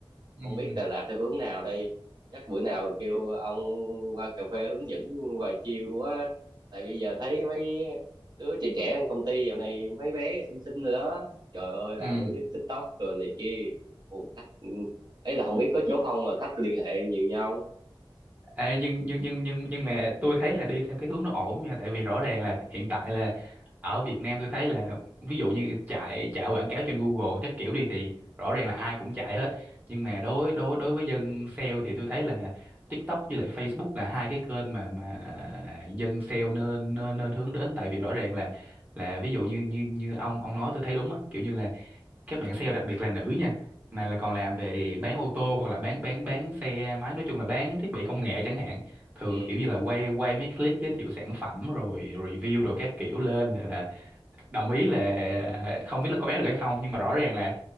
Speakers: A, on the right; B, on the right.
A: Ừ.
B: không biết Đà Lạt theo hướng nào đây chắc bữa nào kêu ông qua cà phê hướng dẫn và chiều quá tại bây giờ thấy mấy đứa trẻ trẻ trong công ty dạo này mấy bé xinh xinh rồi đó trời ơi làm
A: ừ
B: mấy clip TikTok rồi này kia Ồ, khách ừ, ấy là không biết có chỗ không mà khách liên hệ nhiều nhau
A: Ê, nhưng nhưng nhưng nhưng nhưng mà tôi thấy là đi theo cái hướng nó ổn nha tại vì rõ ràng là hiện tại là ở Việt Nam tôi thấy là ví dụ như chạy chạy quảng cáo trên Google các kiểu đi thì rõ ràng là ai cũng chạy hết nhưng mà đối đối đối với dân sale thì tôi thấy là TikTok với lại Facebook là hai cái kênh mà mà dân sale nên nên nên hướng đến tại vì rõ ràng là là ví dụ như như như ông ông nói tôi thấy đúng á kiểu như là các bạn sale đặc biệt là nữ nha mà là còn làm về bán ô tô hoặc là bán bán bán xe máy nói chung là bán thiết bị công nghệ chẳng hạn thường
B: ừ
A: kiểu như là quay quay mấy clip giới thiệu sản phẩm rồi review rồi các kiểu lên để là đồng ý là không biết là có bán được hay không nhưng mà rõ ràng là